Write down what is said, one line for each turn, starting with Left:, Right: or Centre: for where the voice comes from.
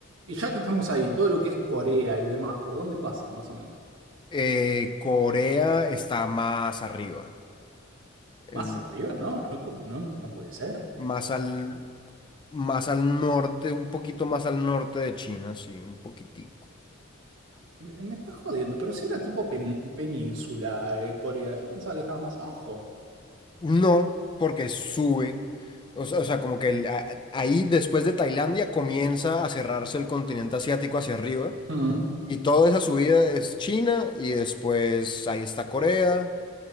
Right: Y ya que estamos ahí, todo lo que es Corea y demás, ¿por dónde pasa más o menos?
Left: Eh, Corea está más arriba, el-
Right: Más arriba, no, no, no, no puede ser.
Left: más al... Más al norte, un poquito más al norte de China, sí, un poquitico.
Right: Me, me estás jodiendo, pero si era tipo pen- península de Corea, yo pensaba que estaba más abajo.
Left: No, porque sube. O sea, o sea, como que el- a- ahí después de Tailandia comienza a cerrarse el continente asiático hacia arriba.
Right: Mm.
Left: Y toda esa subida es China y después ahí está Corea.